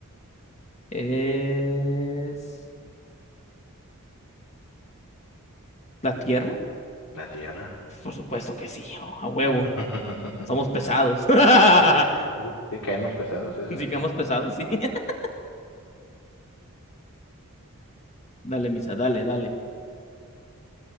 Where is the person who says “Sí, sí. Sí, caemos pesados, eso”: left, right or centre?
Left